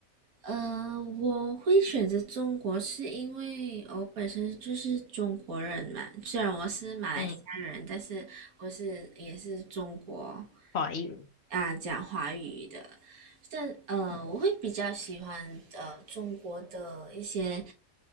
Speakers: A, on the right; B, on the left.
A: 呃，我会选择中国是因为我本身就是中国人嘛，虽然我是马来西亚人，
B: 嗯，
A: 但是我是也是中国
B: 华裔，
A: 啊，讲华语的。但呃，
B: 嗯
A: 我会比较喜欢呃中国的一些